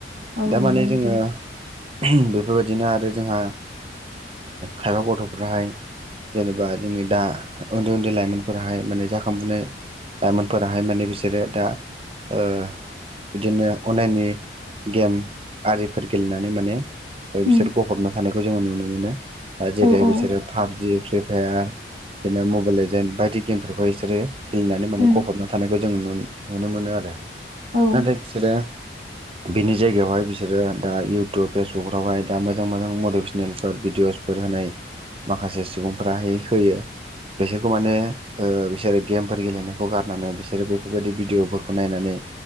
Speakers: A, on the right; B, on the right.
A: औ
B: दारमाने
A: नंगौ नोंथां
B: जोङो बेफोरबायदिनो आरो जोंहा खायबा गथ'फोराहाय जेनेबा जोंनि दा उन्दै उन्दै लाइमोनफोरहाय माने जाखांफुनाय लाइमोनफोराहाय माने बिसोरो दा ओ बिदिनो अनलाइननि गेम आरिफोर गेलेनानै माने
A: उम
B: बिसोर गफबना थानायखौ जोङो नुनो मोनो। दा जेरै
A: औ औ
B: बिसोरो पाबजि फ्रि फायार बिदिनो मबाइल एजेन बायदि गेमफोरखौ बिसोरो गेलेनानै माने
A: उम
B: गफबना थानायखौ जोङो नुनो नुनो मोनो आरो।
A: औ
B: नाथाय बिसोरो बिनि जायगायावहाय बिसोरो दा इउटुब फेसबुकफ्रावहाय दा मोजां मोजां मटिभेसनेलफोर भिडिअस फोर होनाय माखासे सुबुंफोराहाय होयो। बिसोरखौ माने बिसोरो गेमफोर गेलेनायखौ गारनानै बिसोरो बेफोरबायदि भिडिअफोरखौ नायनानै